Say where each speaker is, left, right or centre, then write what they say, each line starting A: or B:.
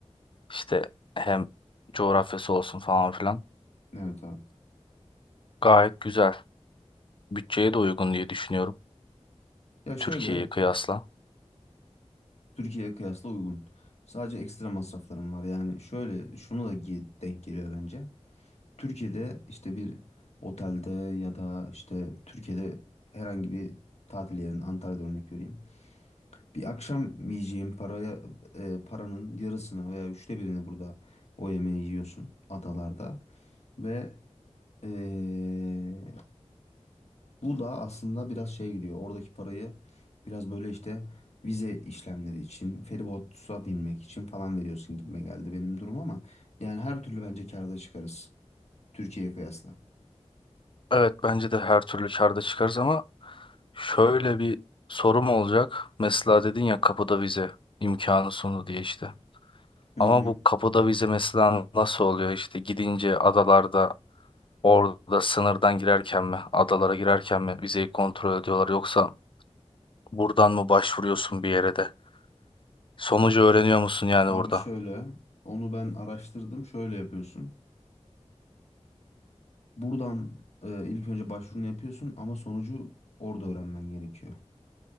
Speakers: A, on the left; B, on the left.
A: İşte hem coğrafyası olsun falan filan.
B: Evet abi.
A: Gayet güzel. Bütçeye de uygun diye düşünüyorum
B: Ya şöyle
A: Türkiye'yi kıyasla.
B: Türkiye'ye kıyasla uygun. Sadece ekstra masraflarım var. Yani şöyle şunu da ge- denk geliyor bence. Türkiye'de işte bir otelde ya da işte Türkiye'de herhangi bir tatil yerinin Antalya'da örnek vereyim. Bir akşam yiyeceğim paraya e, paranın yarısına veya üçte birini burada o yemeği yiyorsun adalarda ve e, Bu da aslında biraz şey gidiyor. Oradaki parayı biraz böyle işte vize işlemleri için, feribota binmek için falan veriyorsun gibime geldi benim durum ama yani her türlü bence kârda çıkarız Türkiye'ye kıyasla.
A: Evet bence de her türlü karda çıkarız ama şöyle bir sorum olacak. Mesela dedin ya kapıda vize imkanı sundu diye işte.
B: Hı hı.
A: Ama bu kapıda vize mesela nasıl oluyor işte gidince adalarda orada sınırdan girerken mi adalara girerken mi vizeyi kontrol ediyorlar yoksa buradan mı başvuruyorsun bir yere de? Sonucu öğreniyor musun yani
B: Abi
A: burada?
B: şöyle onu ben araştırdım. Şöyle yapıyorsun. Buradan e, ilk önce başvurunu yapıyorsun ama sonucu orada öğrenmen gerekiyor.